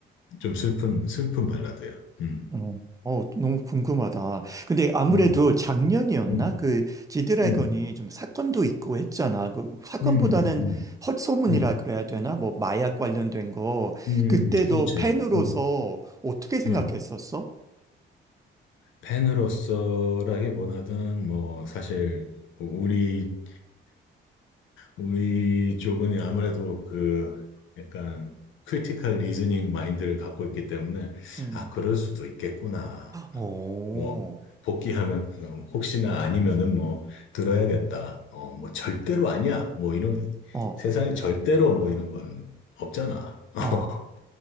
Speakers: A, on the left; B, on the right.
A: 좀 슬픈, 슬픈 발라드야. 음.
B: 어, 어, 너무 궁금하다. 근데 아무래도
A: 음.
B: 작년이었나?
A: 음.
B: 그 지드래곤이
A: 음.
B: 좀 사건도 있고 했잖아. 그 사건보다는
A: 음. 음.
B: 헛소문이라
A: 음.
B: 그래야 되나? 뭐 마약 관련된 거.
A: 음,
B: 그때 도
A: 그렇지.
B: 팬으로서
A: 음,
B: 어떻게 생각했었어?
A: 음. 팬으로서라기보다는 뭐 사실 우리 우리 쪽은 아무래도 그 약간 크리티컬 리즈닝 마인드를 갖고 있기 때문에
B: 음.
A: 아 그럴 수도 있겠구나. 하고
B: 어,
A: 뭐 복귀하면 어, 혹시나 아니면은 뭐 들어야겠다. 어, 뭐 절대로 아니야. 뭐 이런
B: 어,
A: 세상에 절대로 뭐 이런 건 없잖아. <laughs>
B: 어,